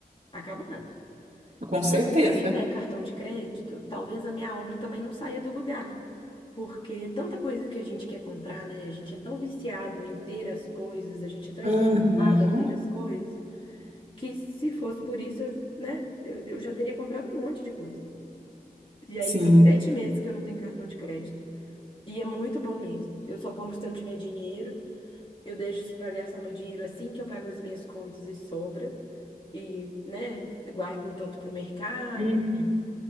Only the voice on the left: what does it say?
acabado.
Só
que se eu tiver cartão de crédito, talvez a minha obra também não saia do lugar. Porque tanta coisa que a gente quer comprar, né? A gente é tão viciado em ter as coisas, a gente é tão incentivado
a ter as coisas que se fosse por isso, eu, né, eu, eu já teria comprado um monte de coisa. E aí
tem sete meses que eu não tenho cartão de crédito. E é muito bom mesmo. Eu só compro se eu tiver dinheiro, eu deixo para gastar meu dinheiro assim que eu pago as minhas contas e sobra. E, né, guardo um tanto para o mercado,
enfim.